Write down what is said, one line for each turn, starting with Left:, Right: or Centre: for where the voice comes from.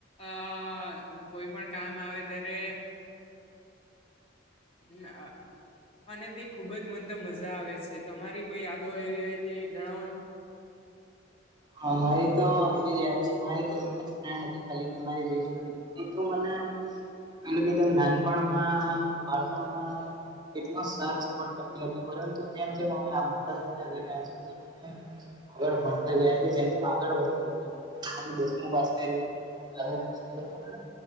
Left: અહ કોઈ પણ કામ આવે ત્યારે ના અહ અને તે ખુબ જ મન તો મજા આવે છે. તમારી કોઈ યાદો એવી હોય તે જણાવોને.
Right: હા મારી તો એજ યાદ છે. મારી તો એક જ ફ્રેન્ડ હતી ખાલી જે મારી બેસ્ટ ફ્રેન્ડ હત ઈ તો મને પેલું કેત અમ નાનપણમાં, બાળપણમાં કેટલો સરસ સપોર્ટ કરતી હતી પરંતુ જેમ-જેમ હવે આ મોટા થતા ગયા, જેમ-જેમ હવે આગળ ભણતા ગયા કે જેમ-જેમ આગળ વધતા ગયા, અમે દસમું પાસ કયરું, બારમુ પાસ કયરું પણ